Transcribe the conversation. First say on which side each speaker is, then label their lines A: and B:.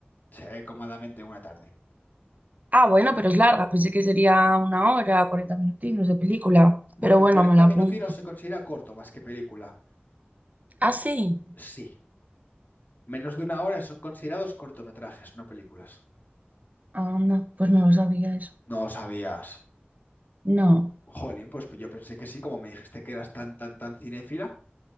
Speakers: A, on the left (about 50°); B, on the right (about 40°).
A: Se ve cómodamente una tarde.
B: Ah, bueno, pero es larga. Pensé que sería una hora, 40 minutinos de película.
A: Bueno,
B: Pero bueno,
A: 40
B: me la
A: minutinos
B: apunto.
A: se considera corto más que película.
B: Ah, sí.
A: Sí, menos de una hora son considerados cortometrajes, no películas.
B: Anda, pues no lo sabía eso.
A: No lo sabías.
B: No.
A: Jolín, pues yo pensé que sí, como me dijiste que eras tan, tan, tan cinéfila.